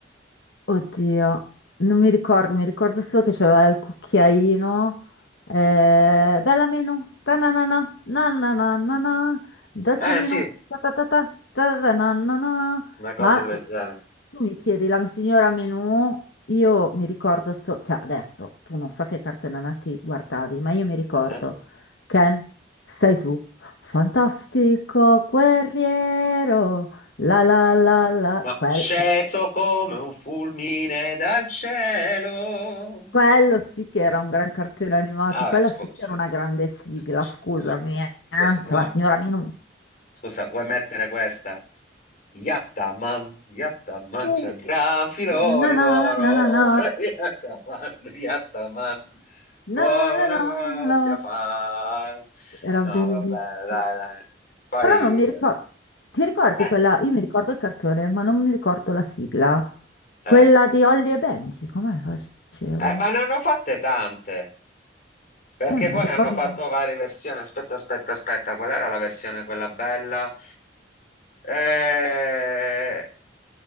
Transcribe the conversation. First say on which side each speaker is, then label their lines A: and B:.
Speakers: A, on the left (about 70°); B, on the left (about 45°).
A: Oddio, non mi ricordo, mi ricordo solo che c'aveva il cucchiaino. Eh, bella meno, ta na na na, na na na na na, dolce
B: Eh
A: meno,
B: sì,
A: ta ta ta ta, ta ta na na na.
B: una cosa
A: Ma
B: del
A: eh,
B: genere.
A: tu mi chiedi la signora Menù, io mi ricordo solo, cioè adesso tu non so che cartone animati guardavi, ma io mi ricordo
B: Eh,
A: Ken, sei tu, fantastico guerriero, la la la la,
B: No,
A: quel...
B: sceso come un fulmine dal cielo.
A: Quello sì che era un gran cartone animato,
B: Ah,
A: quella
B: sfo-
A: sì che
B: sfo-
A: era una grande sigla,
B: sfo- sfo-
A: scusami,
B: sfo-
A: eh. Cioè
B: cosa- no.
A: la signora Minu.
B: Scusa, vuoi mettere questa? Yattaman, Yattaman,
A: Uh.
B: c'è il gran filone
A: Na na
B: d'oro.
A: na na na, na
B: <laughs> Yattaman, Yattaman, buona
A: na na na
B: guardia
A: na.
B: fa.
A: Era
B: No,
A: bellissimo.
B: vabbè, dai, dai. Poi,
A: Però non mi ricordo, ti ricordi
B: eh,
A: quella? Io mi ricordo il cartone, ma non mi ricordo la sigla. Quella
B: eh,
A: di Holly e Benji, com'è che faceva?
B: eh, ma ne hanno fatte tante. Perché
A: Eh, ma
B: poi
A: ricordo.
B: hanno fatto varie versioni. Aspetta, aspetta, aspetta, qual era la versione quella bella? Eh,